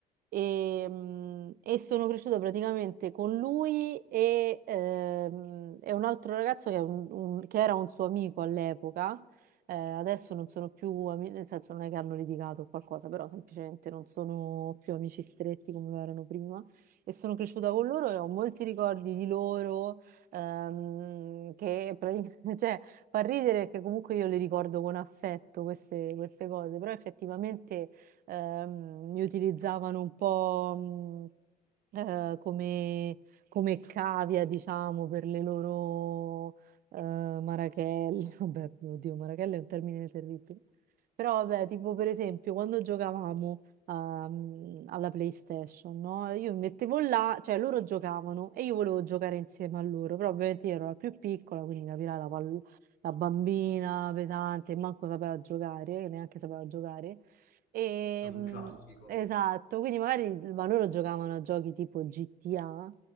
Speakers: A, on the right; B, on the left.
A: e, mh, e sono cresciuta praticamente con lui e, ehm, e un altro ragazzo che è un- un- che era un suo amico all'epoca. Eh, adesso non sono più amici, nel senso non è che hanno litigato o qualcosa, però semplicemente non sono più amici stretti come erano prima e sono cresciuta con loro e ho molti ricordi di loro ehm, che praticamente, <laughs> cioè, fa ridere che comunque io le ricordo con affetto queste, queste cose, però effettivamente ehm, mi utilizzavano un po' mh, eh, come, come cavia, diciamo, per le loro Marachelli, <laughs> vabbè, oddio, Marachelli è un termine terribile. Però vabbè, tipo per esempio quando giocavamo ehm, alla PlayStation, no? Io mi mettevo là, cioè loro giocavano e io volevo giocare insieme a loro, però ovviamente io ero la più piccola, quindi capirai la, pall- la bambina pesante, manco sapeva giocare, che neanche sapeva giocare. E,
B: È un
A: mm,
B: classico.
A: esatto, quindi magari ma loro giocavano a giochi tipo GTA